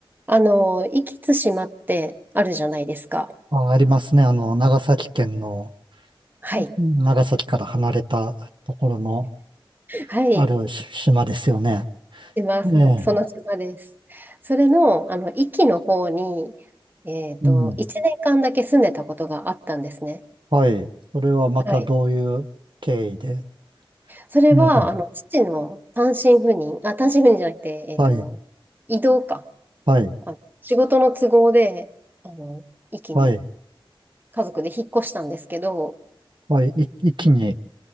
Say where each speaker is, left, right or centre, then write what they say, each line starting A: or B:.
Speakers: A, on the right (about 20°); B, on the right (about 60°).
A: あの、壱岐対馬ってあるじゃないですか。
B: あ、ありますね。あの、長崎県の、
A: はい。
B: 長崎から離れたところの
A: はい。
B: あるし島ですよね。
A: 島、その、
B: ええ。
A: その島です。それの、あの、壱岐の方に、えっと、
B: うん。
A: 1年間だけ住んでたことがあったんですね。
B: はい。それはまたどういう経緯で、
A: はい。それは、
B: なんか、
A: あの、父の単身赴任、あ、単身赴任じゃなくて、えっと、
B: はい、
A: 移動か。
B: はい、
A: あ、仕事の都合で、あの、壱岐に
B: はい、
A: 家族で引っ越したんですけど、
B: はい、い、一気に、